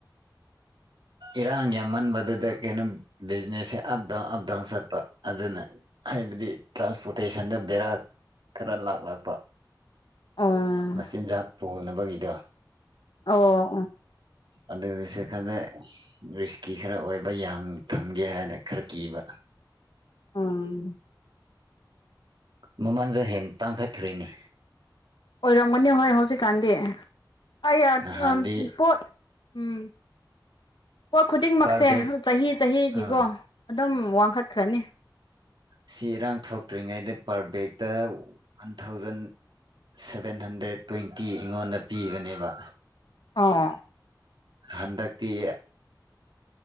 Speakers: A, on the right; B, on the left.
A: ꯏꯔꯥꯡ ꯌꯥꯝꯃꯟꯕꯗꯨꯗ ꯀꯩꯅꯣ ꯕꯤꯖꯤꯅꯦꯁꯁꯦ ꯑꯞ ꯗꯥꯎꯟ ꯑꯞ ꯗꯥꯎꯟ ꯆꯠꯄ ꯑꯗꯨꯅ ꯍꯥꯏꯕꯗꯤ ꯇ꯭ꯔꯥꯟꯁꯄꯣꯔꯇꯦꯁꯟꯗ ꯕꯦꯔꯥ ꯈꯔ ꯂꯥꯛꯂꯛꯄ
B: ꯑꯣ
A: ꯃꯆꯤꯟꯖꯥꯛ ꯄꯨꯅꯕꯒꯤꯗꯣ
B: ꯑꯣ ꯑꯣ
A: ꯑꯗꯨꯗꯨꯁꯨ ꯈꯔꯅ ꯔꯤꯁꯀꯤ ꯈꯔ ꯑꯣꯏꯕ ꯌꯥꯝ ꯊꯝꯒꯦ ꯍꯥꯏꯅ ꯈꯔ ꯀꯤꯕ
B: ꯑꯝ
A: ꯃꯃꯥꯡꯖ ꯍꯦꯟ ꯇꯥꯡꯈꯥꯏ ꯊ꯭ꯔꯣꯏꯅꯤ
B: ꯑꯣꯏꯔꯝꯒꯅꯤ ꯍꯣꯏ ꯍꯧꯖꯤꯛꯀꯥꯟꯗꯤ ꯑꯩ
A: ꯅꯍꯥꯟꯗꯤ
B: ꯄꯣꯠ ꯎꯝ ꯄꯣꯠ ꯈꯨꯗꯤꯡꯃꯛꯁꯦ
A: ꯄꯔ ꯕꯦꯛ
B: ꯆꯍꯤ ꯆꯍꯤꯒꯤꯀꯣ
A: ꯑꯥ
B: ꯑꯗꯨꯝ ꯋꯥꯡꯈꯠꯈ꯭ꯔꯅꯤ
A: ꯁꯤ ꯏꯔꯥꯡ ꯊꯣꯛꯇ꯭ꯔꯤꯉꯩꯗ ꯄꯔ ꯕꯦꯛꯇ one thousand seven hundred twenty ꯑꯩꯉꯣꯟꯗ ꯄꯤꯕꯅꯦꯕ
B: ꯑꯥ
A: ꯍꯟꯗꯛꯛꯇꯤ